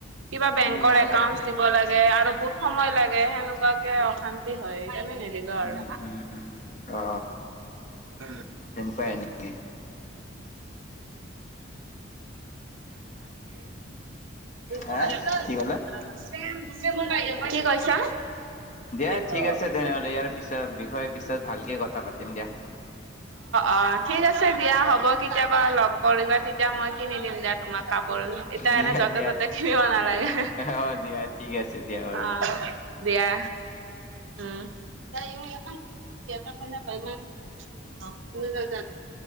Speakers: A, on the right (about 80°); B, on the left (about 35°).
A: কিবা বেংকৰ
B: উম আগত
A: একাউন্ দিব লাগে। কে আৰু বহুত সময় লাগে। সেনেকুৱাকে অশান্তি হয়, কেনে নে দিলোঁ আৰু
B: উম উম অ
A: <unintelligible>
B: তেনেকুৱাই নেকি
A: উ,
B: হা কি ক'লে
A: তাকে। <unintelligible> কি কৈছা??
B: দিয়া ঠিক
A: অহ।
B: আছে তেনেহ'লে ইয়াৰ পিছত বিষয়ে পিছত ভালকে কথা পাতিম দিয়া
A: অহ। ঠিক আছে, দিয়া হ'ব। কেতিয়াবা লগ কৰিবা। তেতিয়া মই কিনি দিম দিয়া তোমাক। কাপোৰ। এতিয়া
B: দিয়া
A: এনে য'তে
B: দিয়া
A: ততে কিনিব নালাগে।
B: অ দিয়া ঠিক আছে দিয়া বাৰু
A: অহ। দিয়া। উম। <unintelligible> <unintelligible>